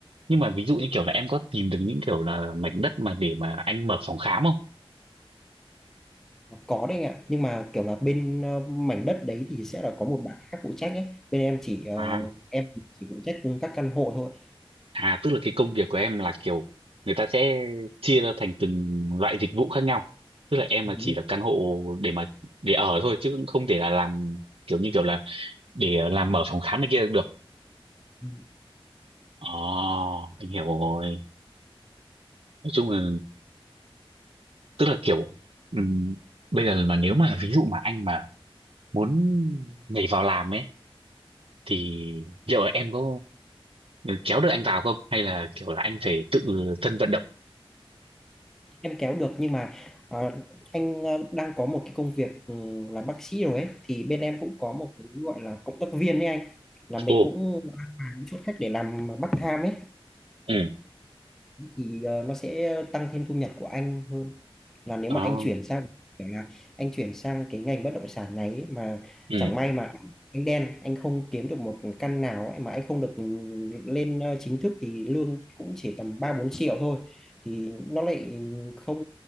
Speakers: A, on the right (about 70°); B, in the centre.
A: nhưng mà ví dụ như kiểu là em có tìm được những kiểu là mảnh đất mà để mà anh mở phòng khám không
B: Có đấy anh ạ, nhưng mà kiểu là bên ờ, mảnh đất đấy thì sẽ là có một bạn khác phụ trách ấy. Bên em chỉ ờ,
A: À
B: em chỉ phụ trách các căn hộ thôi.
A: À tức là cái công việc của em là kiểu người ta sẽ chia ra thành từng loại dịch vụ khác nhau. Tức là em
B: Ừ,
A: là chỉ là căn hộ để mà để ở thôi chứ cũng không thể là làm kiểu như kiểu là để ờ, làm mở phòng khám này kia được. được.
B: ừ.
A: Ồ, anh hiểu rồi. Nói chung là tức là kiểu ừm, bây giờ mà nếu mà ví dụ mà anh mà muốn nhảy vào làm ấy thì liệu là em có kéo được anh vào không hay là kiểu là anh phải tự thân vận động?
B: Em kéo được nhưng mà ờ, anh ờ, đang có một cái công việc ừ, là bác sĩ rồi ấy thì bên em cũng có một cái gọi là cộng tác viên đấy anh. Là mình
A: Ồ,
B: cũng mang chút khách để làm part tham ấy.
A: ừ.
B: thì ờ, nó sẽ tăng thêm thu nhập của anh hơn là nếu
A: Đó.
B: mà anh chuyển sang kiểu là anh chuyển sang cái ngành bất động sản này ấy, mà
A: ừ.
B: chẳng may mà anh đen anh không kiếm được một căn nào ấy, mà anh không được ừ, lên ờ, chính thức thì lương cũng chỉ tầm 3 4 triệu thôi thì nó lại không